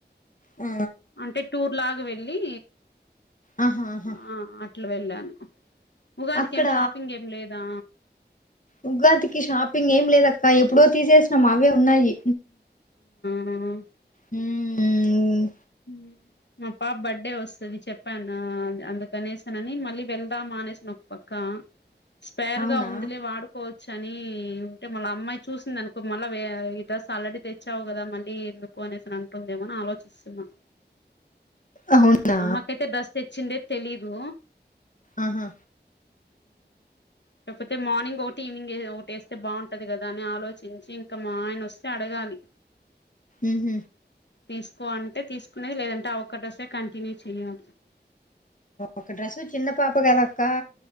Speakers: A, on the left; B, on the left.
A: ఆ,
B: అంటే టూర్ లాగా వెళ్ళి
A: ఆహా ఆహా
B: ఆ అట్లా వెళ్ళాను ఉగాదికి
A: అక్కడ
B: ఏం షాపింగ్ ఏం లేదా
A: ఉగాదికి షాపింగ్ ఏం లేదక్క ఎప్పుడో తీసేసినాం అవే ఉన్నాయి
B: ఆమ్
A: హమ్
B: ఉమ్ మా పాప బర్త్డే వస్తది చెప్ అందుకనేషన్ అని మళ్ళీ వెళ్దామా మానేసన్ ఒక పక్క స్పేర్
A: అవునా
B: గా ఉందిలే వాడుకోవచ్చు శని ఉంటే మళ్ళీ అమ్మాయి చూసింది అనుకో మళ్ళా ఈ డ్రెస్ ఆల్రెడీ తెచ్చావు కదా మళ్ళీ ఎందుకు పోనేస్తాను అంటుందేమోని ఆలోచిస్తున్నా
A: అవునా
B: అమ్మకైతే డ్రస్ తెచ్చిండే తెలీదు
A: ఆహా
B: కాకపోతే మార్నింగ్ ఒకటి ఈవనింగ్ టేస్ బాగుంటది కదా అని ఆలోచించి ఇంకా మా ఆయన వస్తే అడగాలి
A: ఉహ
B: తీసుకో అంటే తీసుకునేది లేదంటే ఆ ఒక్క డ్రెస్ ఏ కంటిన్యూ చెయాలి
A: ఒక డ్రెస్సు చిన్న పాప కదక్క